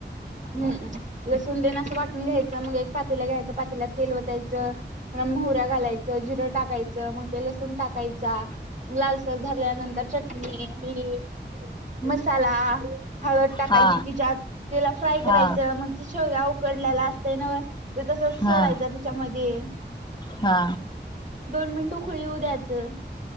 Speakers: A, on the right; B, on the left.
A: हम्म लसून देन असं वाटून घ्यायचं मग एक पातीला घ्यायचं पातीलात तेलवतायचं. म मोहऱ्या घालायचं जिरं टाकायचं मग ते लसूण टाकायचा. लालसर झाल्यानंतर चटणी मीठ मसाला हळद टाकायची
B: हा
A: तिच्यात त्याला फ्राय करायचं
B: हा
A: मग ते शेव्या उकडलेला असतय न व ते तस
B: हा
A: सोडायचं त्याच्यामध्ये.
B: हा
A: दोन मिनिट उकळी येऊ द्यायचं